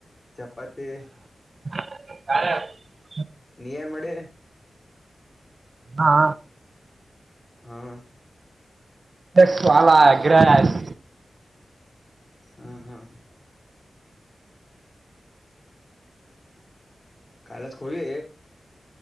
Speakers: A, on the left; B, on the right.
A: ಚಪಾತಿ
B: <inaudible>
A: ನೀ ಏನ್ ಮಾಡಿ
B: ಹಾ
A: ಹ್ಮ್
B: ಸ್ವಲ ಗ್ರಾಸ್
A: ಹಾ ಹಾ ಕಾಲಚ್ ಕೊವಿ